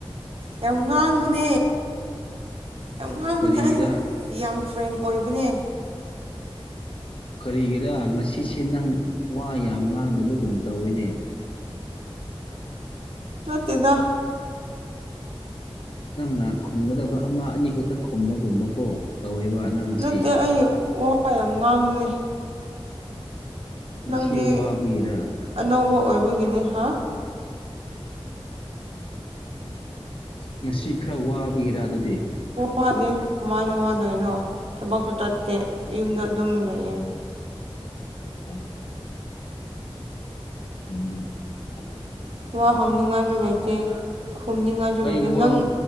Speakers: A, on the right (about 75°); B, on the left (about 60°).
A: ꯌꯥꯝ ꯉꯥꯡꯕꯅꯦ ꯌꯥꯝ ꯉꯥꯡꯕꯅꯦ
B: ꯀꯔꯤꯒꯤꯔ
A: ꯑꯩ ꯌꯥꯝ ꯐ꯭ꯔꯦꯡ ꯑꯣꯏꯕꯅꯦ
B: ꯀꯔꯤꯒꯤꯔ ꯉꯁꯤꯁꯦ ꯅꯪ ꯋꯥ ꯌꯥꯝ ꯉꯥꯡꯗꯕꯒꯨꯝ ꯇꯧꯋꯤꯅꯦ
A: ꯅꯠꯇꯦꯗ
B: ꯅꯪꯅ ꯈꯨꯝꯒꯗꯕ ꯑꯃ ꯑꯅꯤ ꯈꯛꯇ ꯈꯨꯝꯃꯒꯨꯝꯕꯀꯣ ꯇꯧꯋꯦꯕ ꯅꯪ ꯉꯁꯤ
A: ꯅꯠꯇꯦ ꯑꯩ ꯋꯥ ꯌꯥꯝ ꯉꯥꯡꯕꯅꯦ
B: ꯉꯁꯤ
A: ꯅꯪꯗꯤ
B: ꯋꯥꯕꯒꯤꯔ
A: ꯑꯅꯧꯕ ꯑꯣꯏꯕꯒꯤꯅꯤ ꯍꯥ
B: ꯉꯁꯤ ꯈꯔ ꯋꯥꯕꯒꯤꯔ ꯑꯗꯨꯗꯤ
A: ꯋꯥꯗꯦ ꯀꯃꯥꯏꯅ ꯋꯥꯗꯣꯏꯅꯣ ꯊꯕꯛꯁꯨ ꯇꯠꯇꯦ ꯌꯨꯝꯗ ꯑꯗꯨꯝ ꯂꯩꯌꯦ
B: ꯑꯣꯀꯦ, ꯎꯝ ꯍꯥꯏ
A: ꯋꯥ ꯍꯪꯅꯤꯡꯉꯥꯏꯁꯨ ꯂꯩꯇꯦ ꯈꯨꯝꯅꯤꯡꯉꯥꯏꯁꯨ
B: ꯑꯩ
A: ꯂꯩꯇꯦ
B: ꯋꯥ
A: ꯅꯪ